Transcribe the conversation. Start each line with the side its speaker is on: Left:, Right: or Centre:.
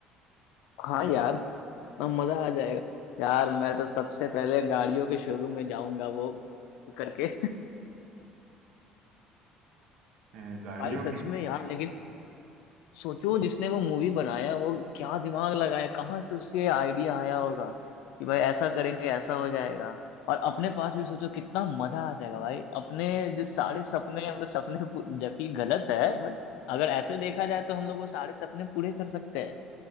Left: हाँ यार ना मजा आ जाएगा यार
Right: <laughs>
Left: मैं तो सबसे पहले गाड़ियों के शोरूम में जाऊंगा वो करके
Right: अ,
Left: <laughs>
Right: गाड़ियों
Left: भाई सच
Right: की
Left: में यार लेकिन सोचो जिसने वो मूवी बनाया वो क्या दिमाग लगाया कहाँ से उसके आइडिया आया होगा कि भाई ऐसा करेंगे ऐसा हो जाएगा और अपने पास भी सोचो कितना मजा आ जाएगा भाई अपने जो सारे सपने हम लोग सपने पू- जबकि गलत है बट अगर ऐसे देखा जाए तो हम लोग वो सारे सपने पूरे कर सकते हैं